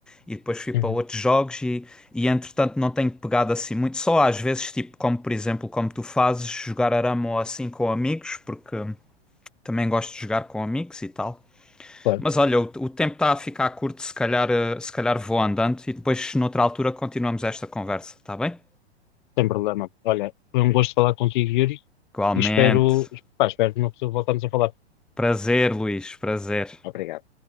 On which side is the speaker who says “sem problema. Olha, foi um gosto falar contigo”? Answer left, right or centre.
Left